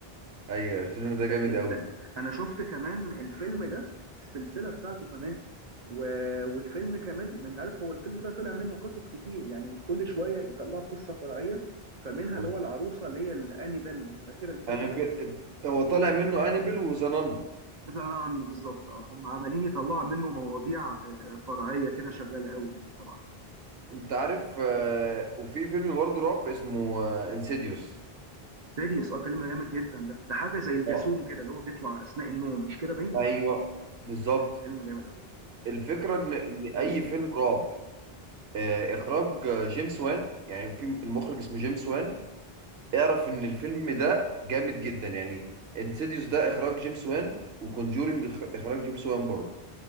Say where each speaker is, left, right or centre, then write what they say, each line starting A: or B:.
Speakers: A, on the right; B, on the right.
A: ايوه الفيلم ده جامد
B: ده ال...
A: قوي
B: انا شفت كمان الفيلم ده السلسله بتاعته كمان و... والفيلم كمان ما انت عارف هو الفيلم ده طلع منه قصص كتير يعني كل شويه يطلعوا قصه فرعيه فمنها
A: مظبوط
B: اللي هو العروسه اللي هي الانيبال دي فاكر الفيلم
A: انابيل
B: ده؟
A: هو طالع منه انابيل وزنان
B: ذا نان بالظبط اه هم عمالين يطلعوا منه مواضيع آه، فرعيه كده شغاله قوي يعني الصراحه
A: انت عارف آه، وفي فيلم برضه رعب اسمه انسيديوس
B: سيريس اه فيلم جامد جدا ده ده حاجه زي الجاسوم
A: اه
B: كده اللي هو بيطلع اثناء النوم مش كده باين ولا
A: ايوه
B: انا
A: بالظبط
B: فيلم جامد قوي
A: الفكره ان ان
B: آه.
A: اي فيلم رعب آه، اخراج آه، جيمس وان يعني في المخرج اسمه جيمس وان اعرف ان الفيلم ده جامد جدا يعني انسيديوس ده اخراج جيمس وان وكونجورينج اخراج جيمس وان برضه